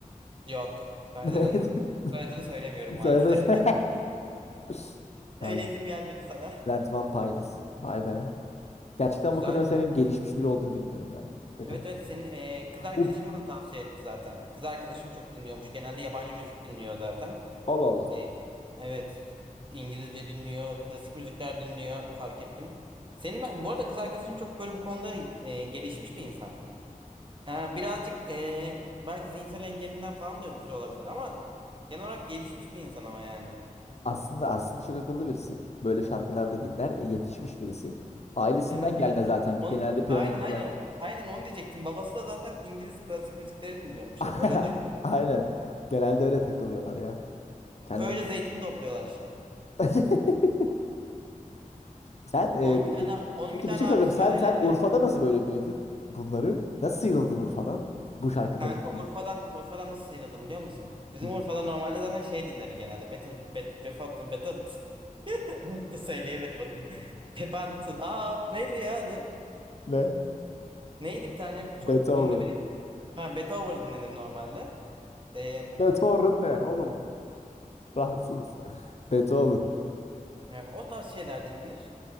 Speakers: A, on the right; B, on the left.
A: Yok. Tyler'ın
B: <laughs>
A: soyadını söylemiyorum maalesef.
B: Söyledin. <laughs>
A: <laughs>
B: Ay,
A: Öyle isim gelmedi sana.
B: Brent Van Piles. Vay be. Gerçekten
A: Güzel
B: bu kadar
A: kanka.
B: senin gelişmiş biri olduğunu bilmiyordum ya. Beto.
A: Evet evet senin e, kız arkadaşın
B: Bu
A: bana tavsiye etti zaten. Kız arkadaşın çok dinliyormuş. Genelde yabancı müzik dinliyor zaten.
B: Allah Allah.
A: E, evet. İngilizce dinliyor, klasik müzikler dinliyor fark ettim. Senin ben bu arada kız arkadaşın çok böyle bu konuda e, gelişmiş bir insan. Ha, birazcık eee, belki zihinsel engelinden falan da ötürü olabilir ama genel olarak gelişmiş bir insan ama yani.
B: Aslında aslında çok akıllı birisi. Böyle şarkılarda dinler, yetişmiş birisi. Ailesinden
A: Evet
B: gelme
A: evet.
B: zaten.
A: Onun,
B: Genelde piyano
A: aynen
B: çalar.
A: aynen aynen onu diyecektim. Babası da zaten İngiliz klasik müzikleri dinliyormuş
B: <laughs>
A: hep öyle duydum.
B: Aynen. Genelde öyle takılıyorlar ya. Kendi.
A: Öyle zeytin topluyorlar işte.
B: <laughs> Sen e,
A: Onun
B: peki
A: bir tane onun
B: peki
A: bir tane
B: bir şey
A: abisi
B: soracağım. Sen
A: var ele
B: sen
A: ele.
B: Urfa'da nasıl böyle büyüdün bunları? Nasıl sıyrıldın Urfa'dan bu şarkıları
A: Kanka
B: dinleyip?
A: Urfa'dan Urfa'dan nasıl sıyrıldım biliyor musun? Bizim
B: Hı.
A: Urfa'da normalde zaten şey dinleri genelde. Beton bet Befatın Beton <laughs> unuttu söyleyemedim adını. <laughs> Tepant. Aa neydi ya adı?
B: Ne?
A: Neydi bir tane çok
B: Beethoven.
A: ünlü bir Ha, Betover dinlenir normalde. Ee,
B: Beethoven ne oğlum? Rahatsız mısın? <laughs> Beethoven.
A: yani o tarz şeyler dinlenir.